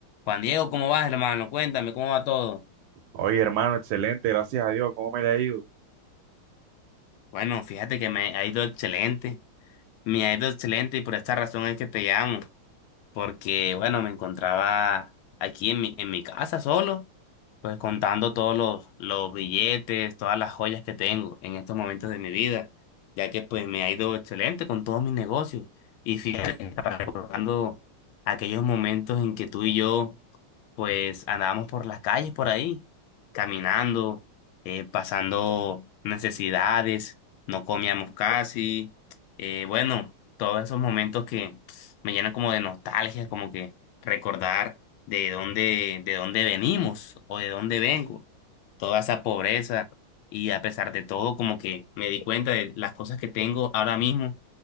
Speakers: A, on the left (about 80°); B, on the right (about 80°).
A: Juan Diego, ¿cómo vas, hermano? Cuéntame, ¿cómo va todo?
B: Oye, hermano, excelente, gracias a Dios. ¿Cómo me le ha ido?
A: Bueno, fíjate que me ha ido excelente, me ha ido excelente y por esta razón es que te llamo. porque bueno, me encontraba aquí en mi, en mi casa solo, pues contando todos los, los billetes, todas las joyas que tengo en estos momentos de mi vida, ya que pues me ha ido excelente con todos mis negocios. Y fíjate, que estaba recordando aquellos momentos en que tú y yo pues andábamos por las calles por ahí, caminando, eh, pasando necesidades, no comíamos casi, eh, bueno, todos esos momentos que me llena como de nostalgia, como que recordar de dónde, de dónde venimos o de dónde vengo, toda esa pobreza y a pesar de todo, como que me di cuenta de las cosas que tengo ahora mismo,